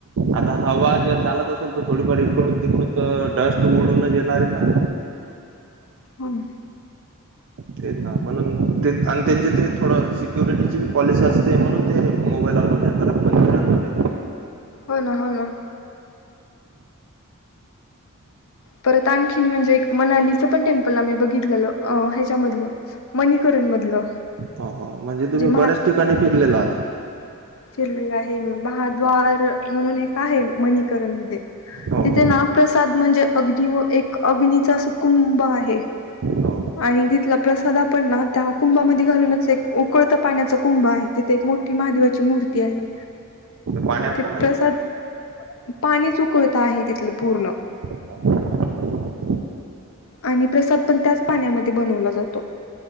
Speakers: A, on the right; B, on the left.
A: आता हवा जर चालत असेल तो. थोडीफार इकडून तिकडून तर डस्ट उडूनच येणार आहे ना.
B: हम.
A: तेच ना म्हणून ते आणि त्यांचे ते थोडं सिक्युरिटीची पॉलिसी असते म्हणून ते मोबाईल अलाव नाही करत मंदिरांमध्ये
B: हो ना हो ना. परत आणखीन म्हणजे मनालीच पण टेमपल आम्ही बघितलेलं ह्याच्यामधल माणिकरणी मधलं.
A: हो हो म्हणजे तुम्ही
B: जे
A: बऱ्याच ठिकाणी फिरलेला आहात.
B: फिरलेला आहे मी महाद्वार म्हणून एक आहे मणीकरण मध्ये
A: हो
B: तिथे
A: हो
B: नाप्रसाद म्हणजे अग्नी व एक अग्नीचा असा कुंभ आहे.
A: हो
B: आणि तिथला प्रसाद आपण ना त्या कुंभामध्ये घालूनच एक उकळत पाण्याचा कुंभ आहे तिथे एक मोठी महादेवाची मूर्ती आहे.
A: पाण्यात
B: ते
A: का
B: प्रसाद पाणी ऊकळत आहे तिथलं पूर्ण.
A: ह.
B: आणि प्रसाद पण त्याच पाण्यामध्ये बनवला जातो.